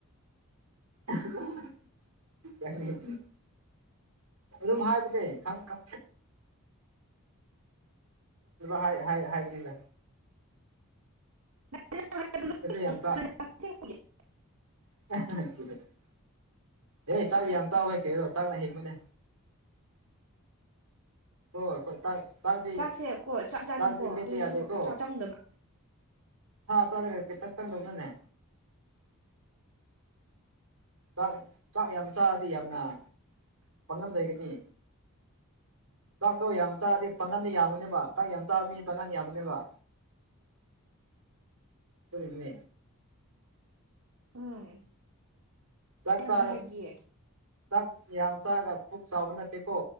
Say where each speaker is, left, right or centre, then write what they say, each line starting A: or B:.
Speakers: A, on the right; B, on the right.
A: <unintelligible> ꯑꯣ ꯑꯗꯨꯝ ꯍꯥꯗꯅꯦ ꯈꯝ ꯈ ꯍꯥꯏ ꯍꯥꯏ ꯍꯥꯏꯕꯅꯤꯗ
B: <unintelligible>
A: ꯑꯗꯨ ꯌꯥꯝ ꯆ
B: <unintelligible>
A: <unintelligible> ꯑꯦ ꯆꯥꯛ ꯌꯥꯝ ꯆꯥꯎꯋꯦ ꯀꯩꯔꯣ ꯆꯥꯛꯅ ꯍꯤꯡꯕꯅꯦ ꯍꯣꯏ ꯆꯥꯗꯤ
B: ꯆꯥꯛꯁꯦꯀꯣ ꯆꯥꯛ ꯆꯥꯅꯤꯡꯀꯣ
A: ꯆꯥꯗꯤ ꯂꯦꯞꯄ
B: ꯑꯗꯨꯁꯨ
A: ꯌꯥꯗꯦꯀꯣ
B: ꯆꯥꯛ ꯆꯪꯗꯕ
A: ꯍ ꯆꯂꯔꯦꯠꯇ ꯂꯣꯛꯅꯅꯦ ꯆꯥꯛ ꯆꯥꯛ ꯌꯥꯝ ꯆꯥꯗꯤ ꯌꯥꯝꯅ ꯄꯪꯉꯝ ꯂꯩꯒꯅꯤ ꯇꯥꯛꯗꯣ ꯌꯥꯝ ꯆꯥꯗꯤ ꯄꯥꯡꯒꯟꯗ ꯌꯥꯝꯃꯨꯅꯦꯕ ꯊꯥꯛ ꯌꯥꯝ ꯆꯥꯕ ꯃꯤ ꯄꯥꯡꯒꯟ ꯌꯥꯝꯃꯅꯦꯕ ꯑꯗꯨ ꯏꯃꯦ
B: ꯎꯝ
A: ꯆꯛ
B: ꯅꯪꯅ
A: ꯆꯔꯥ
B: ꯍꯥꯏꯕꯒꯤ
A: ꯆꯥꯛ ꯌꯥꯝ ꯆꯥꯒ ꯄꯨꯛ ꯆꯥꯎꯕ ꯅꯠꯇꯦꯀꯣ